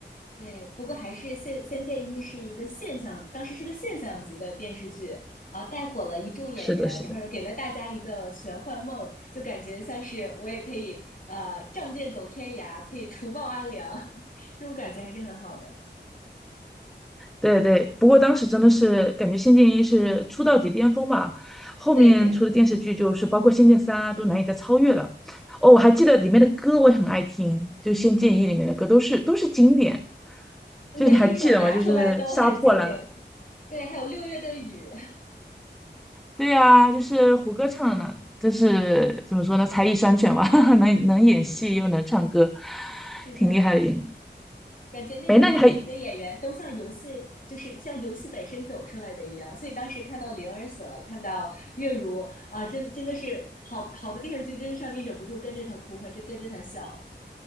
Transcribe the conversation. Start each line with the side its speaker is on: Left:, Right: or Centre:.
Left: 对，不过还是《仙仙剑一》是一个现象，当时是个现象级的电视剧啊，带火了一众演员，
Centre: 是的，是的，
Left: 然后给了大家一个玄幻梦，就感觉像是我也可以呃仗剑走天涯，可以除暴安良，<laughs> 这种感觉还是很好的。
Centre: 对对。不过当时真的是感觉《仙剑一》是出道即巅峰吧，后面出的电视剧就是包括《仙剑三》啊，
Left: 对对，
Centre: 都难以再超越了。哦，我还记得里面的歌我也很爱听，就《仙剑一》里面的歌都是都是经典。
Left: 每一首拿出来都很经典。
Centre: 就是你还记得吗？就是《杀破狼》
Left: <laughs> 对，还有六月的雨，
Centre: 对啊，就是胡歌唱的呢，就是怎么说呢，才艺双全吧，<laughs> 能能演戏又能唱歌，
Left: <laughs> 是是的。
Centre: 挺厉害的演。
Left: 感觉那里面每一个演员都像游戏，
Centre: 哎，那你还
Left: 就是像游戏本身走出来的一样。所以当时看到灵儿死了，看到月如啊，真真的是好好的电视剧，真是让你忍不住跟着他哭和这跟着他笑。